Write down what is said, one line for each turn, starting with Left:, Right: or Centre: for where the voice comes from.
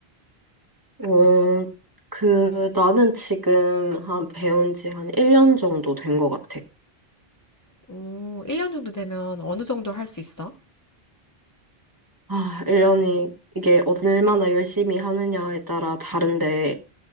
Right: 어, 그, 나는 지금 한 배운 지 한 1년 정도 된 것 같아.
Left: 오, 1년 정도 되면 어느 정도 할 수 있어?
Right: 아, 1년이, 이게 얼마나 열심히 하느냐에 따라 다른데,